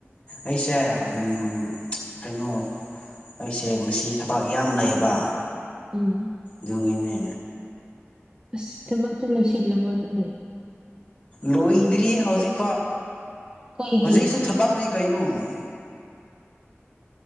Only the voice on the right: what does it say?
ꯎꯝ
ꯑꯁ ꯊꯕꯛꯇꯨ ꯂꯣꯏꯁꯤꯜꯂꯣꯕꯒꯤꯅꯦ
ꯀꯩꯒꯤ